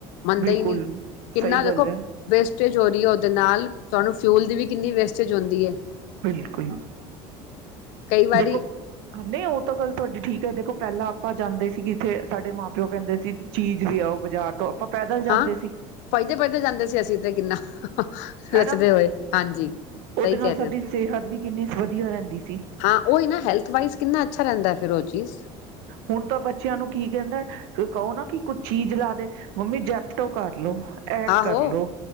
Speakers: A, on the left; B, on the right.
A: ਮੰਨਦੇ
B: ਬਿਲਕੁਲ
A: ਹੀ ਨੀ ਕਿੰਨਾ
B: ਸਹੀ
A: ਦੇਖੋ
B: ਗੱਲ ਹੈ
A: ਵੇਸਟੇਜ ਹੋ ਰਹੀ ਹੈ। ਦੇ ਨਾਲ ਤੁਹਾਨੂੰ ਫਿਊਲ ਦੀ ਵੀ ਕਿੰਨੀ ਵੇਸਟੇਜ ਹੁੰਦੀ ਐ।
B: ਬਿਲਕੁਲ
A: ਕਈ ਵਾਰੀ
B: ਦੇਖੋ, ਨਹੀਂ ਉਹ ਤਾਂ ਗੱਲ ਤੁਹਾਡੀ ਠੀਕ ਹੈ ਦੇਖੋ। ਪਹਿਲਾਂ ਆਪਾਂ ਜਾਂਦੇ ਸੀ, ਕਿ ਇੱਥੇ ਸਾਡੇ ਮਾਂ ਪਿਓ ਕਹਿੰਦੇ ਸੀ ਚੀਜ਼ ਵੀ ਆਓ ਬਾਜ਼ਾਰ ਤੋਂ ਆਪਾਂ ਪੈਦਲ ਜਾਂਦੇ
A: ਹਾਂ
B: ਸੀ
A: ਪਜਦੇ-ਪਜਦੇ ਜਾਂਦੇ ਸੀ ਅਸੀਂ ਤੇ ਕਿੰਨਾ ਰਚਦੇ
B: ਹਨਾ
A: ਹੋਏ ਹਾਂਜੀ
B: ਉਹਦੇ
A: ਸਹੀ
B: ਨਾਲ
A: ਕਹਿ ਰਹੇ
B: ਸਾਡੀ ਸਿਹਤ ਵੀ ਕਿੰਨੀ ਵਧੀਆ ਰਹਿੰਦੀ ਸੀ
A: ਔ ਉਹ ਨਾ ਹੈਲਥ ਵਾਈਜ਼ ਕਿੰਨਾ ਅੱਛਾ ਲਦਾ ਫਿਰ ਉਹ ਚੀਜ਼
B: ਹੁਣ ਤਾਂ ਬੱਚਿਆਂ ਨੂੰ ਕੀ ਕਹਿੰਦਾ ਕਹੋ ਨਾ ਕਿ ਕੁੱਝ ਚੀਜ਼ ਲਾ ਦੇ ਮੰਮੀ ਜੈਪਟੋ ਕਰ ਕਰਲੋ ਐ
A: ਆਹੋ
B: ਕਰਲੋ